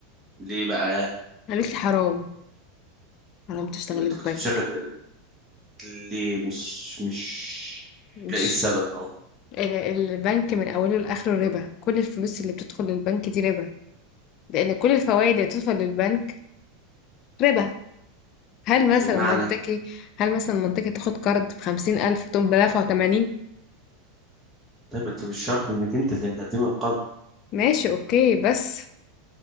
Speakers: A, on the right (about 15°); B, on the left (about 50°).
A: ليه بقى
B: قالت لي حرام حرام تشتغلي
A: انت كنت
B: في بنك
A: بتشتغل ليه مش مش
B: مش
A: لاقي السبب او
B: ال- البنك من أوله لآخره ربا كل الفلوس اللي بتدخل للبنك دي ربا لأن كل الفوائد اللي بتدخل للبنك ربا هل مثلا
A: بمعنى
B: منطقي هل مثلا منطقي تاخد قرض بخمسين ألف تقوم بدافعه تمانين
A: طيب انت مش شرط انك انت اللي هتقدمي القرض
B: ماشي أوكي بس